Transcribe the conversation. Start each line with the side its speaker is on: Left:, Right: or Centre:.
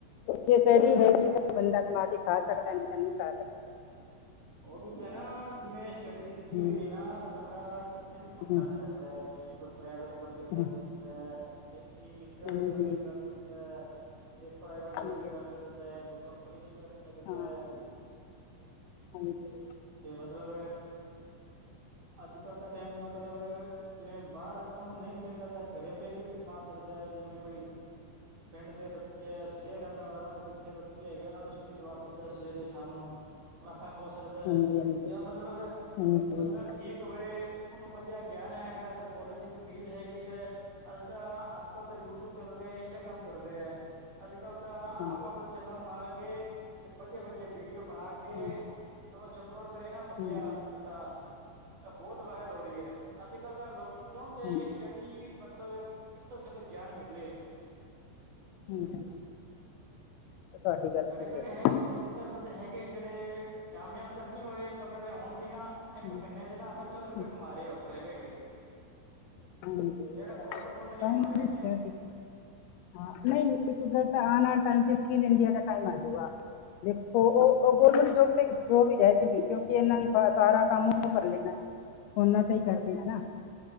Left: ਕੋਈ ਸਟੱਡੀ ਹੈਗੀ ਹੈ। ਬੰਦਾ ਕਮਾ ਕੇ ਖਾ ਸਕਦਾ ਨਹੀਂ ਤਾਂ ਨਹੀਂ ਖਾ ਸਕਦਾ।
Right: ਉਹ ਵੀ ਤਾਂ ਹੈ ਨਾ ਜਿਵੇਂ ਸਟੱਡੀ ਕੀਤੀ
Left: ਹੂੰ,
Right: ਹੋਈ ਹੈ ਨਾ ਤਾਂ ਬੰਦਾ ਕਿੱਥੇ ਵੀ ਕੰਮ
Left: ਹੂੰ,
Right: ਲੱਗ ਸਕਦਾ। ਅਹ ਜਿਵੇਂ ਕੋਈ ਪ੍ਰਾਈਵੇਟ। ਕੰਮ ਵੀ ਕਰ
Left: ਹੂੰ,
Right: ਸਕਦਾ ਹੈ ਤੇ ਇਹ ਮਿਤਰਾਂ
Left: ਹਾਂਜੀ
Right: ਦਾ ਕੰਮ ਵੀ ਕਰ ਸਕਦਾ ਹੈ। ਤੇ ਪ੍ਰਾਈਵੇਟ ਜੋਬ
Left: ਹਾਂਜੀ
Right: ਵੀ ਕਰ
Left: ਹਾਂਜੀ,
Right: ਸਕਦਾ ਹੈ। ਕੋਈ ਕੰਪਨੀ 'ਚ ਵੀ ਰੱਖ ਸਕਦਾ
Left: ਹਾਂ
Right: ਹੈ।
Left: ਹਾਂਜੀ।
Right: ਤੇ ਮਤਲਬ ਅੱਜ ਕੱਲ੍ਹ ਦਾ ਟਾਈਮ ਮਤਲਬ। ਜਿਵੇਂ ਬਾਹਰ ਕੰਮ ਨਹੀਂ ਮਿਲਦਾ ਤਾਂ ਘਰੇ ਬਹਿ ਕੇ ਵੀ ਕਮਾ ਸਕਦਾ ਹੈ। ਜਿਵੇਂ ਕੋਈ। ਪਿੰਡ ਦੇ ਬੱਚੇ ਹੈ ਸ਼ਹਿਰ ਰਹਿੰਦਾ ਉਹਨਾਂ ਦੇ ਇੱਥੇ ਬੱਚੇ ਹੈਗੇ ਉਹਨਾਂ ਨੂੰ ਸਟੱਡੀ ਕਰਵਾ ਸਕਦੇ ਸਵੇਰੇ ਸ਼ਾਮ ਨੂੰ। ਕਲਾਸਾਂ ਖੋ ਸਕਦਾ
Left: ਹਾਂਜੀ
Right: ਹੈ ਜਾਂ
Left: ਹਾਂਜੀ
Right: ਮਤਲਬ
Left: ਹਾਂਜੀ
Right: ਬੰਦਾ ਠੀਕ। ਹੋਵੇ ਉਹਨੂੰ ਵਧੀਆ ਗਿਆਨ ਹੈਗਾ ਤੇ ਬੋਲਣ ਦੀ ਤਮੀਜ਼ ਹੈਗੀ ਤੇ। ਅੱਜ ਤਾਂ ਅੱਜ ਕੱਲ ਤਾਂ ਯੂਟਿਊਬ ਚੱਲ ਰਿਹਾ ਹੈ। ਇੰਸਟਾਗ੍ਰਾਮ ਚੱਲ ਰਿਹਾ ਹੈ, ਅੱਜ ਕੱਲ ਤਾਂ
Left: ਹਮ,
Right: ਆਪ ਆਪ ਦਾ। ਚਨੈਲ ਬਣਾ ਕੇ ਤੇ ਵਧੀਆ ਵਧੀਆ ਵੀਡੀਓ ਬਣਾ ਕੇ
Left: ਹਮ,
Right: ਉਹ 'ਚ। ਅਪਲੋਡ ਕਰੇ ਨਾ ਵਧੀਆ
Left: ਹਮ,
Right: ਬੰਦਾ। ਤਾਂ ਬਹੁਤ ਵਾਇਰਲ ਹੋ ਰਹੀ ਹੈ, ਅੱਜ-ਕੱਲ ਤਾਂ ਲੋਕੀ ਚਾਹੁੰਦੇ ਹੈ
Left: ਹਮ, ਹਮ,
Right: ਕਿ, ਸੱਟਡੀ ਮਤਲਬ ਕਿੱਥੋ-ਕਿੱਥੋ ਗਿਆਨ ਮਿਲੇ।
Left: ਹੂੰ, ਹੂੰ ਤੁਹਾਡੀ ਗੱਲ
Right: ਸਾਡੇ
Left: ਸਹੀ
Right: ਪਿੰਡ
Left: ਹੈ
Right: ਹੈਗੇ
Left: ਜੀ।
Right: ਦੋ ਤਿੰਨ, ਚਾਰ ਬੰਦੇ ਹੈਗੇ ਜਿਹੜੇ ਕਾਮਯਾਬ ਤਾਂ ਨਹੀਂ ਹੋਏ, ਪਗਰ ਹੁਣ ਵੀ ਨਾ, ਇੱਕ
Left: ਹਮ,
Right: ਮਹੀਨੇ ਜਿੰਨਾ ਲੱਖ ਲੱਖ ਰੁਪਿਆ
Left: ਹਮ,
Right: ਕਮਾ ਰਹੇ ਹਾਂ ਘਰੇ ਬੈਠ ਕੇ।
Left: ਹਾਂਜੀ ਇਹ
Right: ਜਿਹੜਾ
Left: ਤਾਂ
Right: ਗੌਰਮੈਂਟ
Left: ਹੈ
Right: ਬੰਦਾ ਨੀ
Left: ਹਾਂਜੀ
Right: ਕਮਾ ਰਿਹਾ ਇੰਨੇ
Left: ਭੈਣਜੀ ਹਾਂ ਨਹੀਂ ਇੱਕ ਗੱਲ ਤਾਂ ਆਹ ਨਾ ਟਾਈਮ ਤੇ ਸਕਿੱਲ ਇੰਡੀਆ ਦਾ ਟਾਈਮ ਆ ਜੂਗਾ। ਦੇਖੋ ਉਹ ਗੌਰਮੈਂਟ ਜੋਬ ਤੇ ਜੋ ਵੀ ਰਹਿ ਜੂਗੀ ਕਿਉਂਕਿ ਇਹਨਾਂ ਨੇ ਸਾਰਾ ਕੰਮ ਉਹ ਕਰ ਲੈਣਾ ਹੈ। ਉਹਨਾਂ ਤੇ ਹੀ ਕਰਦੇ ਆ ਨਾ।